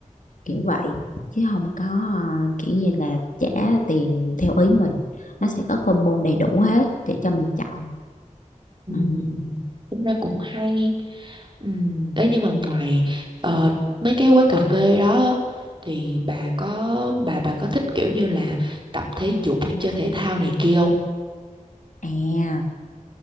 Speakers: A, on the left (about 75°); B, on the right (about 35°).
A: kiểu
B: Ừ.
A: vậy chứ không có ờ, kiểu như là trả tiền theo ý mình nó sẽ có combo đầy đủ hết để cho mình chọn
B: Ừ.
A: ừ.
B: Ừ. ừ. Tính ra cũng hay. Ừ. Ấy nhưng mà
A: ừ.
B: ngoài ờ, mấy cái quán cà phê đó thì bà có bà bà có thích kiểu như là tập thể dục hay chơi thể thao này kia không?
A: à